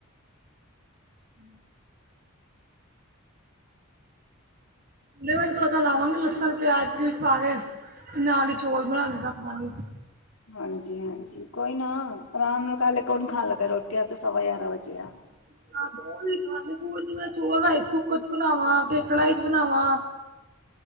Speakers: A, on the right (about 40°); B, on the left (about 75°).
A: <inaudible> ਪਲੇ ਤੜਕਾ ਲਾਵਾਂਗੇ ਲਸਣ ਪਿਆਜ ਪਊਜ ਪਾ ਕੇ ਤੇ ਨਾਲ ਹੀ ਚੌਲ ਬਣਾ ਲ ਦਾ ਆਪਣਾ
B: ਹਾਂਜੀ -ਹਾਂਜੀ ਕੋਈ ਨਾ ਆਰਾਮ ਨਾਲ ਕਾਲੇ ਕੌਨ ਖਾਣ ਲੱਗਾ ਰੋਟੀ ਅਜੇ ਤਾਂ ਸਵਾ ਗਿਆਰਾਂ ਵਜੇ ਆ
A: <unintelligible> ਕੁੱਕਰ 'ਚ ਬਣਾਵਾਂ ਕੇ ਕੜਾਈ 'ਚ ਬਣਾਵਾਂ